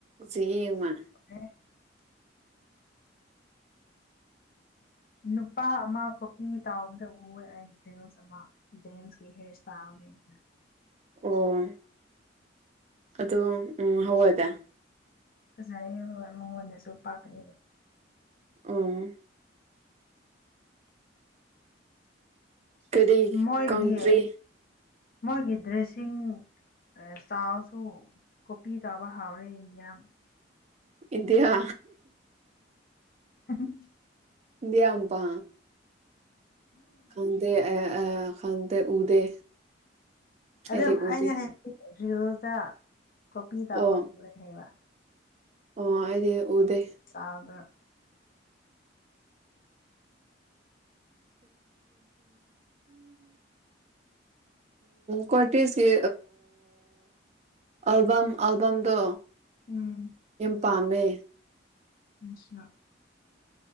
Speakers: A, on the right; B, on the left.
A: ꯁꯤ ꯃꯥ
B: ꯑꯦ ꯅꯨꯄꯥ ꯑꯃ ꯈꯣꯛꯏ ꯇꯥꯎꯕꯗ ꯎ ꯑꯩ ꯔꯤꯜꯁ ꯑꯃ ꯖꯦꯝꯁꯀꯤ ꯍꯦꯌꯔ ꯏꯁꯇꯥꯏꯜꯅꯦꯅ
A: ꯑꯣ ꯑꯗꯨꯒ ꯎꯝ ꯍꯗꯦ
B: ꯑꯣꯖꯥ <unintelligible> ꯃꯉꯣꯟꯗꯁꯨ ꯄꯥꯛꯂꯤ
A: ꯑꯝ ꯀꯔꯤ
B: ꯃꯣꯏꯒꯤ
A: ꯀꯥꯎꯇ꯭ꯔꯤ
B: ꯃꯣꯏꯒꯤ ꯗ꯭ꯔꯦꯁꯤꯡ ꯏꯁꯇꯥꯏꯜꯁꯨ ꯀꯣꯄꯤ ꯇꯥꯕ ꯍꯥꯎꯔꯦ ꯃꯤꯌꯥꯝ
A: ꯏꯅꯗꯤꯌꯥ
B: <inaudible>
A: ꯏ ꯑꯃꯄꯥ ꯈꯪꯗꯦ ꯑ ꯈꯪꯗꯦ ꯎꯗꯦ
B: ꯑꯗꯨ
A: ꯑꯩꯗꯤ ꯎꯗꯦ
B: ꯑꯩꯅ ꯍꯥꯏ ꯐꯌꯖ <unintelligible> ꯀꯣꯄꯤ ꯇꯕꯔꯦ
A: ꯑꯣ
B: ꯍꯥꯏꯕ
A: ꯑꯣ ꯑꯩꯗꯤ ꯎꯗꯦ
B: ꯆꯕ <inaudible>
A: ꯀꯣꯇꯖꯀꯤ ꯑꯜꯕꯝ ꯑꯜꯕꯝꯗ
B: ꯎꯝ
A: ꯄꯥꯝꯃꯦ
B: ꯑꯆꯥꯥ